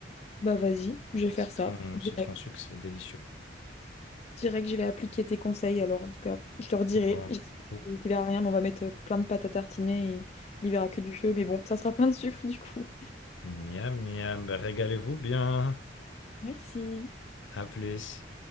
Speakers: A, on the left; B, on the left.
A: Bah vas-y, je vais faire
B: Citron,
A: ça, direct.
B: citron sucre, c'est délicieux.
A: Direct, je vais appliquer tes conseils alors, en tout cas. Je te redirai.
B: Bon,
A: J'espère
B: Ouh.
A: qu'il verra rien, mais on va mettre plein de pâtes à tartiner et il verra que du feu. Mais bon, ça sera plein de sucre du coup.
B: miam, miam, Bah, régalez-vous bien.
A: Merci.
B: À plus.